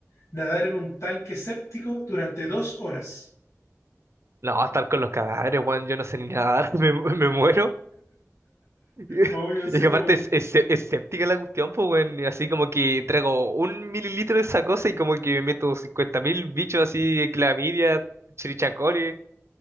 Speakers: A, on the left; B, on the right.
A: nadar en un tanque séptico durante dos horas?
B: No, estar con los cadáveres, weón, yo no sé ni nadar, <laughs> me, me muero. <laughs>
A: Obvio, así
B: Y que
A: como
B: aparte es,
A: que.
B: es, es séptica la cuestión, pues, weón. y Así como que traigo un mililitro de esa cosa y como que me meto 50.000 bichos así, clamidia, chirichacori.